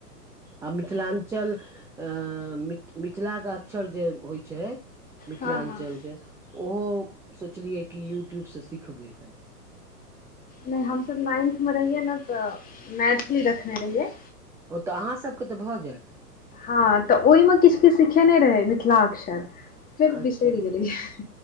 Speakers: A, in the centre; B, on the left.
A: आ मिथिलाञ्चल आ मिथिलाकेँ अक्षर जे होइ छै मिथिलाञ्चल
B: हँ हँ
A: के ओहो सोचलियै कि यूट्यूबसँ सिखबै,
B: नहि हम सभ नाइन्थमे रहियै ने तॅं मैथिली रखने रहियै
A: ओ तॅं अहाँ सभकेँ तॅं भऽ जायत
B: हँ तॅं ओहिमे किछु-किछु सीखेने रहै मिथिलाक्षर- फेर
A: अच्छा,
B: बिसरि गेलियै